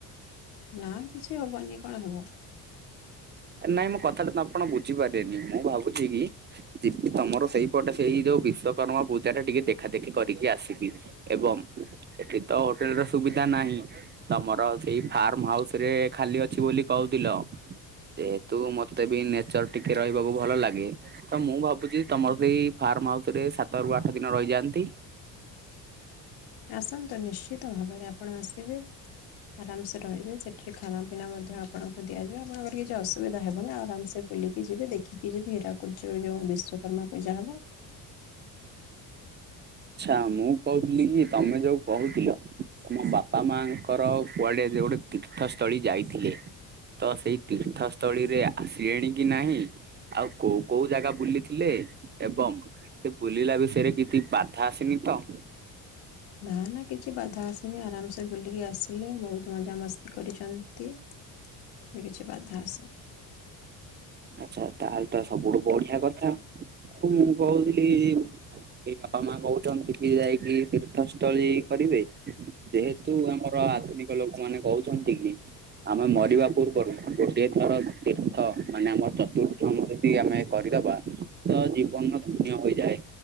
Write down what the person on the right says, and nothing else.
ନାଇଁ ମୋ କଥାଟା ତ ଆପଣ ବୁଝିପାରିଲେନି ମୁଁ ଭାବୁଛି କି ଯିବି ତମର ସେଇପଟେ ସେଇ ଯୋଉ ବିଶ୍ଵକର୍ମା ପୂଜାଟା ଟିକେ ଦେଖା ଦେଖି କରିକି ଆସିବି। ଏବଂ ସେଠି ତ ହୋଟେଲ ର ସୁବିଧା ନାହିଁ ତମର ସେଇ ଫାର୍ମହାଉସରେ ଖାଲି ଅଛି ବୋଲି କହୁଥିଲ ଯେହେତୁ ମତେ ବି ନେଚର ଟିକେ ରହିବାକୁ ଭଲ ଲାଗେ ତ ମୁଁ ଭାବୁଛି ତମର ସେଇ ଫାର୍ମ ହାଉସରେ ସାତ ରୁ ଆଠ ଦିନ ରହିଯାଆନ୍ତି।
ଆଚ୍ଛା ମୁଁ କହୁଥିଲି କି ତମେ ଯୋଉ କହୁଥିଲ ତମ ବା ପାମାଙ୍କର କୁଆଡେ ଯଉ ଗୋଟେ ତୀର୍ଥସ୍ଥଳୀ ଯାଇଥିଲେ ତ ସେଇ ତୀର୍ଥସ୍ଥଳୀରେ ଆସିଲେଣି କି ନାହିଁ? ଆଉ କୋଉ କୋଉ ଜାଗା ବୁଲିଥିଲେ? ଏବଂ ସେ ବୁଲିଲା ବିଷୟରେ କିଛି ବାଧା ଆସିନି ତ?
ଆଛା ତାହେଲେ ତ ସବୁଠୁ ବଢିଆ କଥା ଆଉ ମୁଁ କହୁଥିଲି ଆମର ବାପା ମା କହୁଛନ୍ତି କି ଯାଇକି ତୀର୍ଥସ୍ଥଳୀ କରିବେ ଯେହେତୁ ଆମର ଆଧୁନିକ ଲୋକ ମାନେ କହୁଛନ୍ତି କି ଆମେ ମରିବା ପୂର୍ବରୁ ଗୋଟିଏ ଥର ତୀର୍ଥ ମାନେ ଆମ ଚତୁର୍ଥମ ଯଦି ଆମେ କରିଦବା ତ ଜୀବନ ଧନ୍ୟ ହୋଇଯାଏ